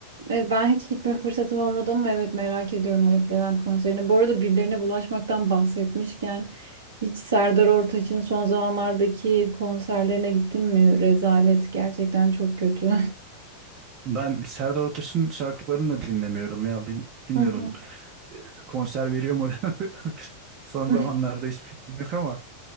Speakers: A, on the right; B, on the right.
A: E, Ben hiç gitme fırsatım olmadı ama evet merak ediyorum Haluk Levent konserini. Bu arada birilerine bulaşmaktan bahsetmişken hiç Serdar Ortaç'ın son zamanlardaki konserlerine gittin mi? Rezalet gerçekten çok kötü.
B: Ben Serdar Ortaç'ın şarkılarını da dinlemiyorum ya. Bil- Bilmiyorum
A: <laughs> Hı hı.
B: konser veriyor mu? <laughs> Son
A: <laughs>
B: zamanlarda hiçbir fikrim yok ama